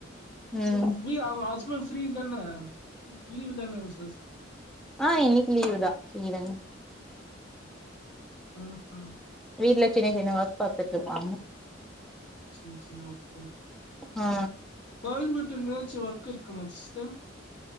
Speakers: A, in the centre; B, on the left (about 60°).
A: ம்
B: ஏ ஃப்ரீ அ ஹஸ்பண்ட்‌ ஃப்ரீ தனா லீவு‌ தான ஹஸ்பண்ட்
A: ஆ இன்னைக்கு லீவுதா செய்றங்க
B: ம் ம்
A: வீட்ல சின்ன சின்ன ஒர்க் பாத்துட்டு இருக்காங்க
B: சின்ன சின்ன ஒர்க்கு
A: ஆ
B: கோயம்புதூருல எதாச்சு ஒர்க் இருக்குமா சிஸ்டர்